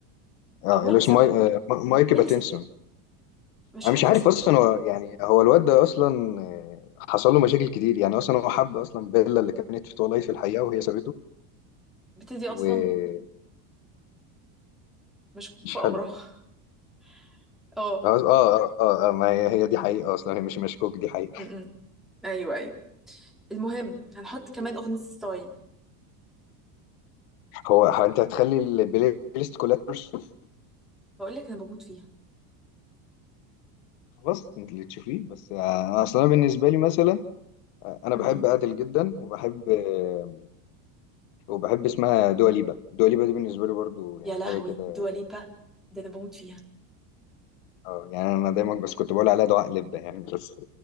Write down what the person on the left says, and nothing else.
اه
اللي
اسمه
ماي... آه، ما- مايك باتنسون
انا
مش عارف
اصلا
هو يعني هو الواد ده اصلا آه، حصل له مشاكل كتير يعني اصلا هو حب اصلا بيلا اللي كانت في تولايت في الحقيقه وهي سابته
ومش
حلو
اه اه اه, آه ما هي هي دي حقيقة اصلا هي مش مشكوك دي حقيقة
وهو انت هتخلي البلاي ليست كلها ترشف
خلاص انت اللي تشوفيه بس آه، اصلا أنا بالنسبة لي مثلا آه، انا
بحب ادل جدا وبحب آه، وبحب اسمها دوا ليبا دوا ليبا دي بالنسبة لي برضو يعني
حاجة كده
اه يعني انا دايما بس كنت بقول عليها دعاء لبة يعني بس